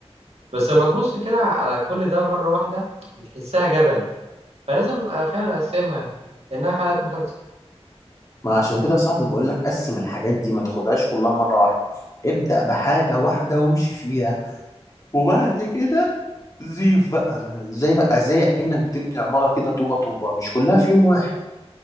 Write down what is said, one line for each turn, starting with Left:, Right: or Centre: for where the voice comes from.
Right: بس لما تبص كده على كل ده مرة واحدة بتحسها جبل فلازم أبقى فعلا أقسمها لأنها حلقات مسلسل
Left: ما عشان كده صاحبي بقول لك قسم الحاجات دي ما تاخدهاش كلها مرة واحدة ابدأ بحاجة واحدة وامشي فيها وبعد كده زيف بقى يعني زي بقى زي اكنك بتبني عمارة كده طوبة طوبة مش كلها في يوم واحد